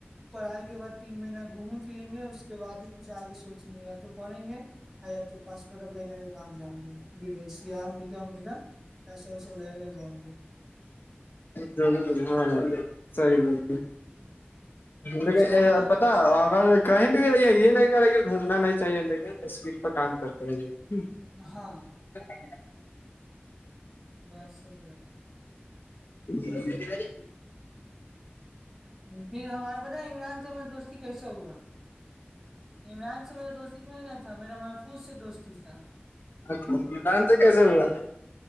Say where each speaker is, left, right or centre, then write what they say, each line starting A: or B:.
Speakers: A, in the centre; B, on the left.
A: پڑھائی کے بعد تین مہینہ گھومیں پھریں گے اس کے بعد ہی کچھ آگے سوچیں نہیں یا تو پڑھیں گے ا تو پاپورٹ ا باہر جائیں گے بدیش یا امریکہ امریکہ پیسہ ویسا لگے کر جائیں گے
B: ضور ہاں ہاں ساری ب ہے لیکن
A: انشاء اللہ
B: پتا اگر کہیں بھی بھی یہ نہیں کر رہے کہ گھومنا نہیں چاہیے لیکن اسپیڈ پ کام کرتے رہیے
A: ہاں
B: <unintelligible>
A: بس صحیح ب
B: <unintelligible>
A: پھر ہمارے بتایا عمران سے ما دوستی کیسے ہوا عمران سے میرا دوستی سوچنا تھا میرا محفوظ سے دوستی تھا
B: اچ میدان سے کیسے ہوا تھا